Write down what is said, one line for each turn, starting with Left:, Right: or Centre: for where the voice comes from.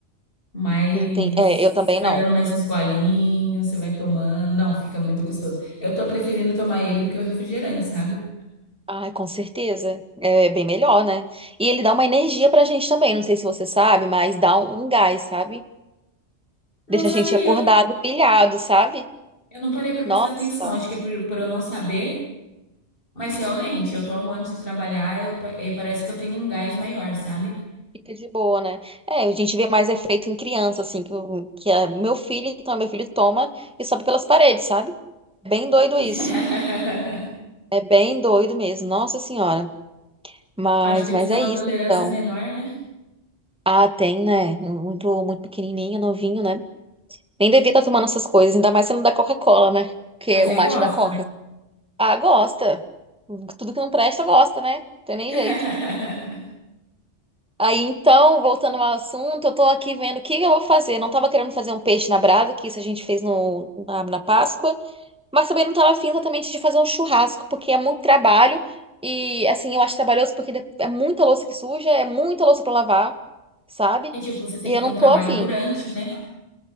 Left: Mas
Centre: Não tem- É, eu também
Left: você vai
Centre: não.
Left: dando mais uns golinhos, você vai tomando. Não, fica muito gostoso. Eu tô preferindo tomar ele do que o refrigerante, sabe?
Centre: Ai, com certeza. É bem melhor, né? E ele dá uma energia pra gente também. Não sei se você sabe, mas dá um gás, sabe?
Left: Não
Centre: Deixa
Left: sabia.
Centre: a gente acordado, pilhado, sabe?
Left: Eu não parei pra prestar
Centre: Nossa,
Left: atenção, acho que é por, por eu não saber, mas realmente, eu tomo antes de trabalhar, eu, pa- eh, parece que eu tenho um gás maior, sabe?
Centre: fica de boa, né? É, a gente vê mais efeito em criança, assim, que, o- que é meu filho, então meu filho toma e sobe pelas paredes, sabe? É Bem doido
Left: <laughs>
Centre: isso. É bem doido mesmo. Nossa Senhora. Mas,
Left: Acho que eles
Centre: mas
Left: têm
Centre: é
Left: uma
Centre: isso,
Left: tolerância
Centre: então.
Left: menor, né?
Centre: Ah, tem, né? Muito, muito pequenininho, novinho, né? Nem devia estar tomando essas coisas, ainda mais sendo da Coca-Cola, né? Que
Left: Mas
Centre: é o
Left: ele
Centre: mate
Left: gosta.
Centre: da Coca. Ah, gosta. Tudo que não presta, gosta, né? Não Tem
Left: <laughs>
Centre: nem jeito. Aí então, voltando ao assunto, eu tô aqui vendo o que eu vou fazer. Não tava querendo fazer um peixe na brasa, que isso a gente fez no, na, na Páscoa, mas também não tava afim exatamente de fazer um churrasco, porque é muito trabalho e, assim, eu acho trabalhoso porque de- é muita louça que suja, é muita louça pra lavar, sabe?
Left: E tipo, você tem
Centre: E
Left: que
Centre: eu
Left: ter
Centre: não
Left: um
Centre: tô
Left: trabalho
Centre: afim.
Left: durante, né?